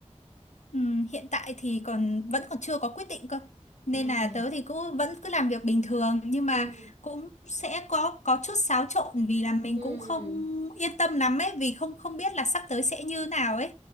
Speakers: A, on the left; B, on the right.
A: Ừm, hiện tại thì còn vẫn còn chưa có quyết định cơ nên
B: À,
A: là tớ thì cứ vẫn cứ làm việc bình thường nhưng mà
B: ừ,
A: cũng sẽ có có chút xáo trộn vì là mình
B: ừ,
A: cũng không yên tâm lắm ấy vì không không biết là sắp tới sẽ như nào ấy